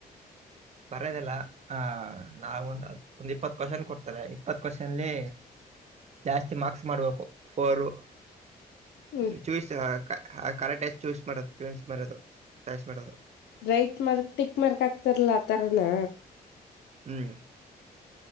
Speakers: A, on the right; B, on the left.
A: ಬರೆದಿಲ್ಲ ಆ ನಾವ ಒಂದ್ ಒಂದ್ ಇಪ್ಪತ್ ಕಕ್ವೆಶ್ಚನ್ ಕೊಡ್ತಾರೆ ಇಪ್ಪತ್ ಕ್ವೆಶ್ಚನ್ಲಿ ಜಾಸ್ತಿ ಮಾರ್ಕ್ಸ್ ಮಾಡ್ಬೇಕು ಫೋರ್
B: ಹ್ಮ್
A: ಚೂಸ್ ಕರೆಕ್ಟ್ ಸ್ ಚೂಸ್ ಮಾಡೋದು ಚೂಸ್ ಮಾಡೋದು ಚಾಯ್ಸ್ ಮಾಡೋದು
B: ರೈಟ್ ಮಾರ್ಕ್ ಟಿಕ್ ಮಾರ್ಕ್ ಹಾಕ್ತಾರಲಾ ಆ ತರನ
A: ಹ್ಮ್